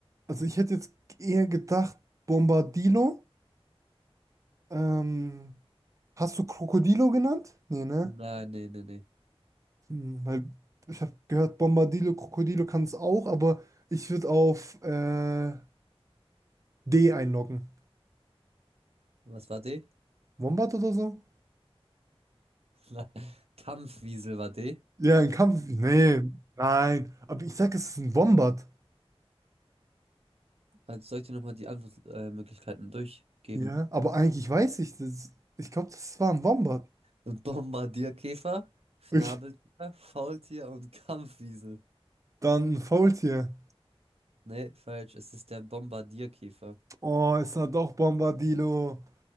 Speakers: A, on the right; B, on the right.
A: also ich hätte jetzt eher gedacht, Bombardilo Ähm, hast du Krokodilo genannt? Nee, ne?
B: Nein, nee, nee, nee.
A: Hm, Weil ich habe gehört, Bombadillo, Krokodilo kann es auch, aber ich würde auf äh, D einloggen.
B: Was war D?
A: Wombat oder so?
B: <laughs> Kampfwiesel war D.
A: Ja, ein Kampf. Nee, nein. Aber ich sag, es ist ein Wombat.
B: Also soll ich dir nochmal die Antwortmöglichkeiten durchgeben?
A: Ja, aber eigentlich weiß ich das. Ich glaube, das war ein Wombat.
B: Bombardierkäfer, Schnabeltier,
A: Okay.
B: Faultier und Kampfwiesel.
A: Dann ein Faultier.
B: Nee, falsch. Es ist der Bombardierkäfer.
A: Oh, ist da doch Bombadillo.